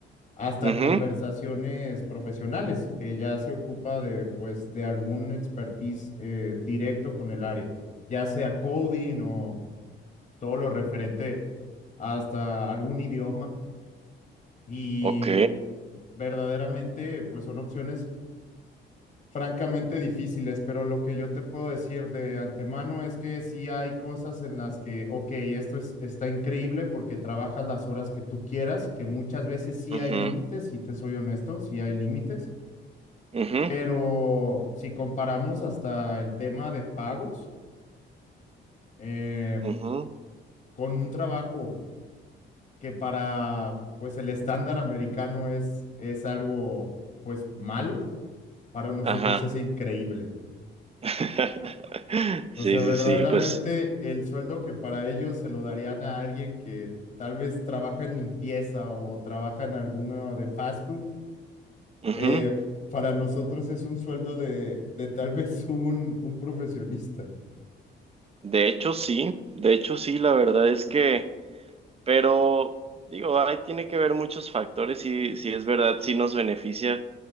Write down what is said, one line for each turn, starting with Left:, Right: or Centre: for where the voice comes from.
Left: hasta
Right: Ujú,
Left: conversaciones profesionales, que ya se ocupa de, pues, de algún expertise eh, directo con el área, ya sea coding o todo lo referente hasta algún idioma. Y
Right: ok.
Left: verdaderamente, pues son opciones francamente difíciles, pero lo que yo te puedo decir de antemano es que sí hay cosas en las que, ok, esto es, está increíble porque trabajas las horas que tú quieras, que muchas veces sí
Right: Ujú,
Left: hay límites, si te soy honesto, sí hay límites,
Right: ujú,
Left: pero si comparamos hasta el tema de pagos, eh,
Right: ujú.
Left: con un trabajo que para, pues, el estándar americano es, es algo, pues, malo, para nosotros
Right: Ajá.
Left: es increíble.
Right: <laughs> Sí,
Left: O sea,
Right: sí,
Left: verdaderamente
Right: sí, pues.
Left: el sueldo que para ellos se lo darían a alguien que tal vez trabaja en limpieza o trabaja en alguno de fast food,
Right: ujú.
Left: eh, para nosotros es un sueldo de, de tal <laughs> vez un, un profesionista.
Right: De hecho, sí, de hecho, sí, la verdad es que, pero digo, ahí tiene que ver muchos factores y si es verdad, sí nos beneficia,